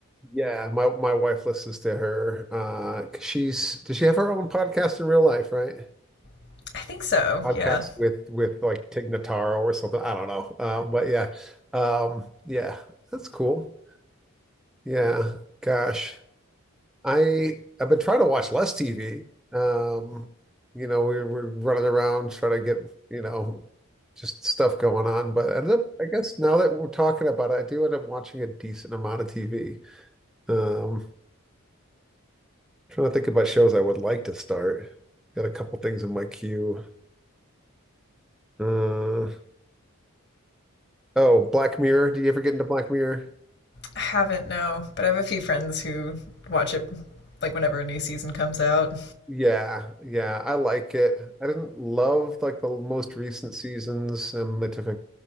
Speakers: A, in the centre; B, on the left.
A: Yeah, my my wife listens to her. Uh, 'cause she's does she have her own podcast in real life, right?
B: <laughs> I think so.
A: Podcast
B: Yeah,
A: with with like Tig Notaro or something. I don't know. Um, but yeah, um, yeah, that's cool. Yeah, gosh, I I've been trying to watch less TV. Um, you know, we we're running around trying to get you know just stuff going on. But I, don't- I guess now that we're talking about it, I do end up watching a decent amount of TV. Um, Trying to think about shows I would like to start. Got a couple things in my queue. Uh, oh, Black Mirror. Did you ever get into Black Mirror?
B: I haven't no, but I have a few friends who watch it like whenever a new season comes out.
A: Yeah, yeah, I like it. I didn't love like the most recent seasons, and they took a